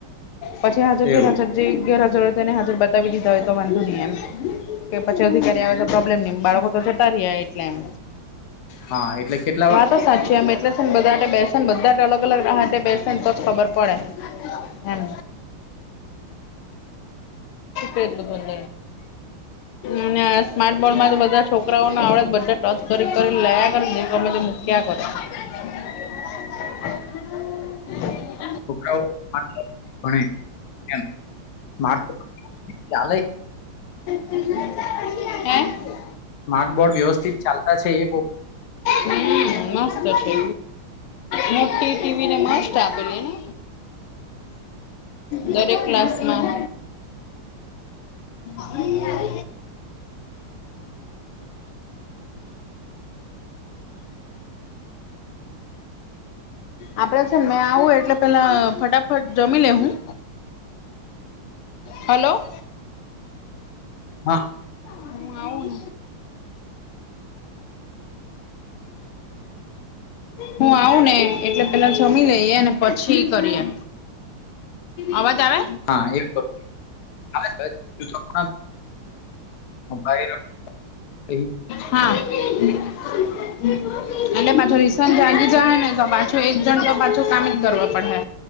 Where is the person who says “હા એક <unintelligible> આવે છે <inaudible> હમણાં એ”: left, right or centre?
Left